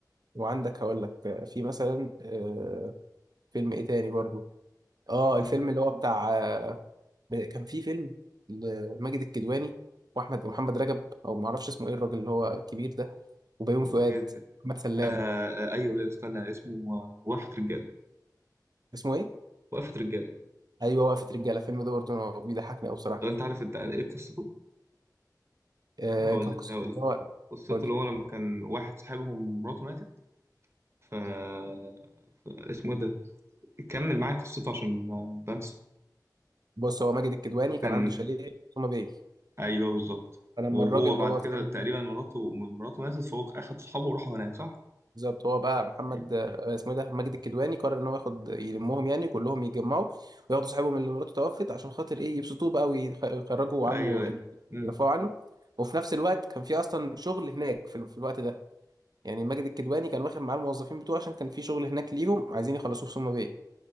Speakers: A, on the right (about 65°); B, on the right (about 40°).
A: وعندك هقول لك آه، في مثلا آه، فيلم ايه تاني برضو اه
B: <laughs>
A: الفيلم اللي هو بتاع آه، ب- كان في فيلم لماجد الكدواني واحمد ومحمد رجب او ما اعرفش اسمه ايه الراجل اللي هو الكبير ده وبيومي
B: مجد-
A: فؤاد محمد سلام
B: آه آه، ايوه ايوه استنى اسمه آه، وقفه رجاله
A: اسمه ايه
B: وقفه رجاله
A: ايوه وقفه رجاله الفيلم ده برضو أنا بيضحكني قوي بصراحه
B: لو انت عارف انت ايه قصته
A: آه،
B: هقول
A: كان
B: لك
A: قصته
B: هقول لك
A: ان هو
B: قصته
A: قول
B: اللي
A: لي.
B: هو لما كان واحد صاحبهم مراته ماتت ف... ف- اسمه ده كمل معايا قصته عشان ما بنسى
A: بص هو ماجد الكدواني
B: لو كان
A: كان عنده شاليه في سوما باي
B: ايوه بالظبط
A: فلما
B: وهو
A: الراجل اللي
B: بعد
A: هو
B: كده
A: صاحب
B: تقريبا مراته مراته ماتت فهو اخد صحابه وراحوا هناك صح؟
A: بالظبط هو بقى محمد
B: ايوه
A: آه، اسمه إيه ده ماجد الكدواني قرر ان هو ياخد يلمهم يعني كلهم يتجمعوا وياخدوا صاحبهم اللي مراته توفت عشان خاطر ايه يبسطوه بقى ويخرجوا
B: ايوه
A: عنه
B: امم
A: يرفعوا عنه وفي نفس الوقت كان في اصلا شغل هناك في, في الوقت ده يعني ماجد الكدواني كان واخد معاه الموظفين بتوعه عشان كان في شغل هناك ليهم عايزين يخلصوه في سوما باي